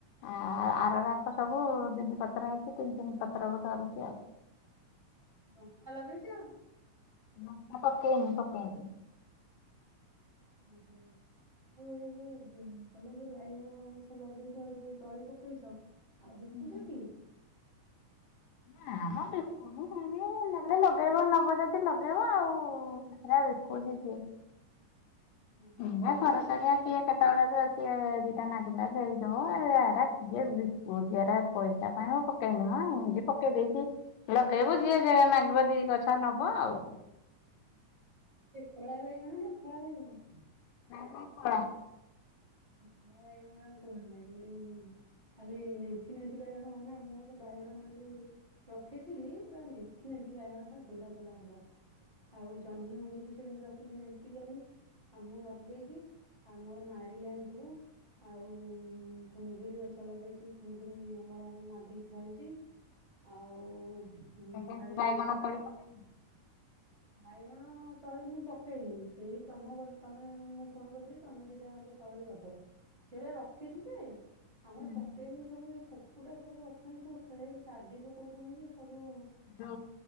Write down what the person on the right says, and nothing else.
ଲଙ୍କା ଲଗେଇଛ।
<unintelligible> ହଉ। ଆଉ ଏଇ ଯଉ ତମେ ଯଉ ବାଇଗଣ ଗଛ ଲଗେଇଛ ଯଉ ତଳି ପକେଇଛ ଆଉ
ବିକୁଚ କି?
ଓହୋ
ବାଇଗଣ
କଳା ବାଇଗଣ ନା ଧଳା ବାଇଗଣ?
କଳା ବାଇଗଣ ରା ମୋତେ ଭଲ ଲାଗେ। ଖାଲି ନେଥି ନେଥି ବାଇଗଣ ମାନେ ମୁଁ ଗୋଟେ ବାଇଗଣ ମଞ୍ଜି ରଖିଥିଲି ପୁରା ନେନ୍ଥି ନେନ୍ଥି ବାଇଗଣ ଖାଲି ଦୁଲା ଦଲା ହବ। ଆଉ ଜହ୍ନି ମଞ୍ଜି ବି ସେମିତି ରଖିଛି ନେନ୍ଥି ଜହ୍ନି। ଆଉ ମୁଁ ଲଗେଇଛି ଆମର ମାଡିଲାଣି ସବୁ ଆଉ କୁନ୍ଦୁରି ଗଛ ଲଗେଇଛି କୁନ୍ଦୁରି ଆମର ମାଡିକି ଫଳୁଛି। ଆଉ
ବାରିରେ
ବାଇଗଣ ତଳି ମୁଁ ପକେଇନି ସେଇ ତମ ତମେ ମୁଁ ଫୋନ୍ କରିଥିଲି ତମେ ଦିଟା ମୋତେ ତଳି ଦବ ସେରା ରଖିଛି ଯେ ଆମର
ପକେଇକି ସବୁ ଏ କୁକୁଡ଼ା ସବୁ ଅଛନ୍ତି ସବୁ ଖେଳେଇକି ତାଡ଼ି ପକଉଛନ୍ତି ଯେ ସବୁ